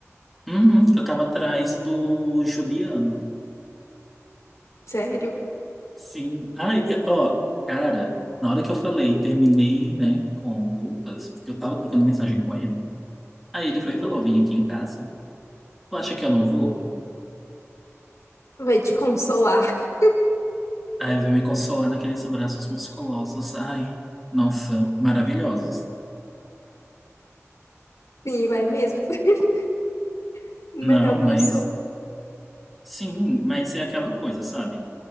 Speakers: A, in the centre; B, on the left (about 80°).
A: uhum, eu tava atrás do Juliano.
B: Sério,
A: Sim. Ai, é- ó, cara, na hora que eu falei, terminei, né, com o Lucas, porque eu tava trocando mensagem com ele. Aí ele foi e falou: vim aqui em casa. Tu acha que eu não vou?
B: Hum. vai te consolar. <laughs>
A: Aí veio me consolar naqueles braços musculosos. Ai, nossa, maravilhosos.
B: Sim, vai mesmo. <laughs> O melhor
A: Não,
B: consolo.
A: mas sim, mas é aquela coisa, sabe?